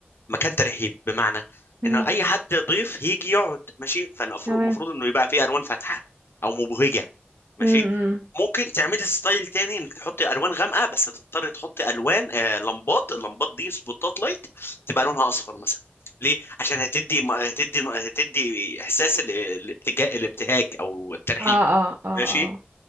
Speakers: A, on the left; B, on the right.
A: مكان ترحيب بمعنى
B: امم
A: انه اي حد ضيف هيجي يقعد ماشي فالمفروض
B: تمام
A: المفروض انه يبقى فيه الوان فاتحه او مبهجه ماشي
B: امم
A: ممكن تعملي ستايل تاني انك تحطي الوان غامقه بس هتضطري تحطي الوان آه لمبات اللمبات دي سبوتات لايت تبقى لونها اصفر مثلا ليه عشان هتدي هتدي هتدي احساس ال- الابتجا- الابتهاج او الترحيب
B: اه اه اه
A: ماشي
B: اه